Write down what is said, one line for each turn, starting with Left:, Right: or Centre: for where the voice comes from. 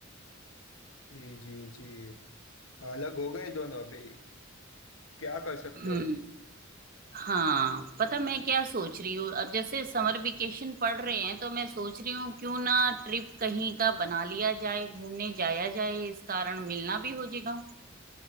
Left: जी जी जी अलग हो गए दोनों अभी क्या कर सकते
Right: हम्म
Left: हैं
Right: हाँ पता मैं क्या सोच रही हूँ अब जैसे समर वेकेशन पड़ रहे हैं तो मैं सोच रही हूँ क्यों ना ट्रिप कहीं का बना लिया जाए घूमने जाया जाए इस कारण मिलना भी हो जाएगा